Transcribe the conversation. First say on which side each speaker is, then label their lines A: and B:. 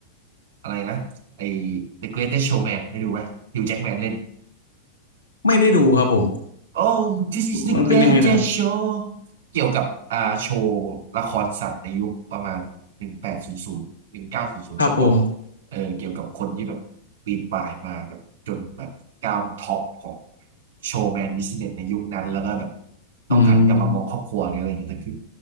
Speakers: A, on the right; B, on the left.
A: อะไรนะไอ The Greatest Showman ได้ดูไหมฮิวแจ็คแมนเล่น
B: ไม่ได้ดูครับผม
A: Oh this is the
B: มันเป็นยังไงนะครับ
A: greatest show เกี่ยวกับอ่าโชว์ละครสัตว์ในยุคประมาณหนึ่งแปดศูนย์ศูนย์หนึ่งเก้าศูนย์ศูนย์ต้นๆเออเกี่ยวกับคนที่แบบปีนป่ายมาแบบจนแบบก้าวเป็นท็อปของ
B: ครับผม
A: โชว์แมนบิสเนสในยุคนั้นแล้วก็แบบต้องหันกลับมามองครอบครัวหรืออะไรอย่างเงี้ยแต่คือ
B: อืม